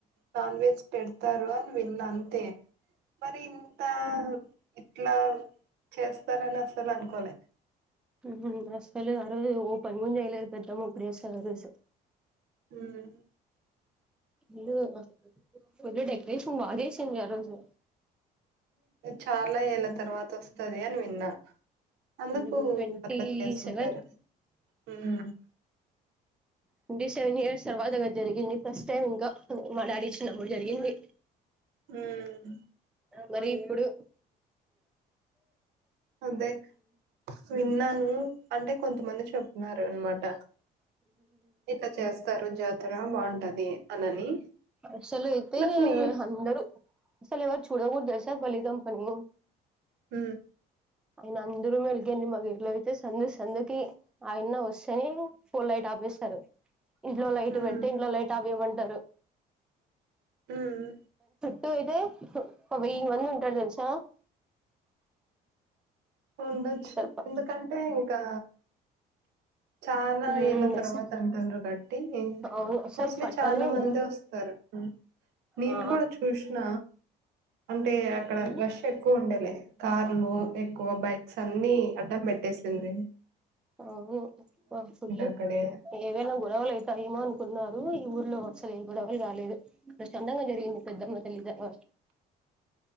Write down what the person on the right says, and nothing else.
నాన్ వెజ్ పెడతారు అని విన్నా. అంతే. మరి ఇంత, ఇట్ల చేస్తారని, అస్సలు అనుకోలే.
మ్
చాలా ఏళ్ళ తర్వాత వస్తది అని విన్నా అందుకు
అట్లా చేసింటారు
హ్మ్
మ్
అదే విన్నాను అంటే కొంతమంది చెప్తున్నారు అనమాట ఇట్లా చేస్తారు జాతర బాగుంటది అనని
బట్ నే
హ
హ్మ్
మ్మ్
ఉండొచ్చు
ఎందుకంటే ఇంకా చనా
ఎల తర్వాత
అంటంద గడ్ట్
మోస్ట్లీ
చాలా మంది వస్తారు నేను
కూడా చూసిన అంటే అక్కడ
రష్ ఎక్కువ ఉండే లే కార్లు బైక్స్ అన్ని ఆడం పెట్టేస్తుందీ
అక్కడే